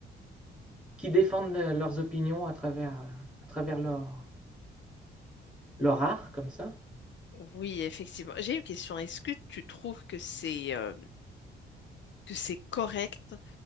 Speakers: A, in the centre; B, on the left.
A: qui défendent leurs opinions à travers, à travers leur, leur art, comme ça.
B: Oui, effectivement. J'ai une question. Est-ce que tu trouves que c'est euh, que c'est correct